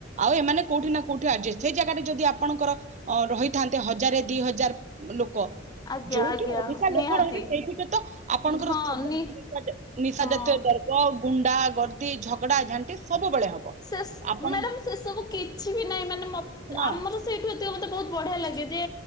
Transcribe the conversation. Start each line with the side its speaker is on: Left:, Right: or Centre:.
Right: ଆଉ ଏମାନେ କୋଉଠି ନା କୋଉଠି ଆଡଜେଷ୍ଟ ହେଇ ଜାଗା ବି ଯଦି ଆପଣଙ୍କର। ଅ ରହିଥାନ୍ତେ ହଜାରେ ଦି ହଜାର ଲୋକ।
Left: ଆଜ୍ଞା
Right: ଯୋଉଠି
Left: ଆଜ୍ଞା
Right: ଅଧିକା ଲୋକ
Left: ନିହାତି
Right: ରହିବେ ସେଇଠିକ ତ ଆପଣଙ୍କର
Left: ହଁ
Right: ସବୁ
Left: ନି
Right: ନିଶା ଜା ନିଶା
Left: ହଁ।
Right: ଜାତୀୟ ଦର୍ବ୍ୟ। ଗୁଣ୍ଡା ଗର୍ଦ୍ଦି ଝଗଡା ଝାଣ୍ଟି ସବୁବେଳେ। ହବ
Left: ସେ ସ
Right: ଆପଣ
Left: ମ୍ୟାଡାମ ସେ ସବୁ କିଛି ବି ନାହିଁ ମାନେ ମ।
Right: ହଁ
Left: ଆମର ସେଇ। ମତେ ବହୁତ ବଢିଆ ଲାଗେ ଯେ